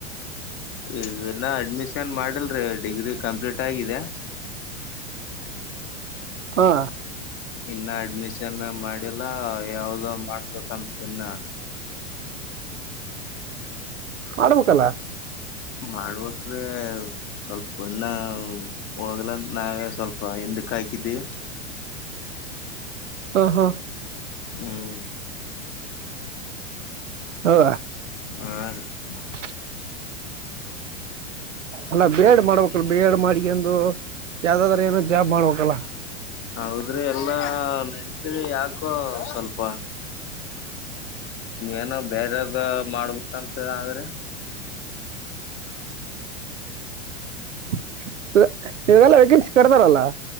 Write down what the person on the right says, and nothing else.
ಹಾ.
ಮಾಡ್ಬೇಕಲ್ಲ.
ಹೋ ಹೋ.
ಹಾ.
<unintelligible> ಅಲ್ಲ ಬಿ ಎಡ್ ಮಾಡಬೇಕಿಲ್ಲ ಬಿ ಎಡ್ ಮಾಡ್ಕಂಡು ಯಾವ್ದಾದ್ರೂ ಏನ್ ಜಾಬ್ ಮಾಡ್ಬೇಕಲ್ಲ.
<unintelligible> ಇವೆಲ್ಲಾ ವೇಕೆನ್ಸಿ ಕಾರ್ದಾರಲ್ಲ.